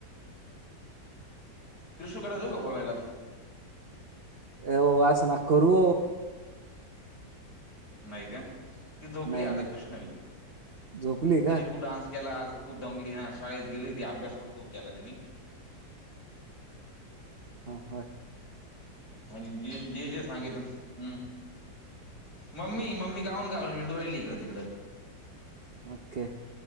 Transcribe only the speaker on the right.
एव वासना करू
नाही
नाही
झोपली का
हा ह
ओके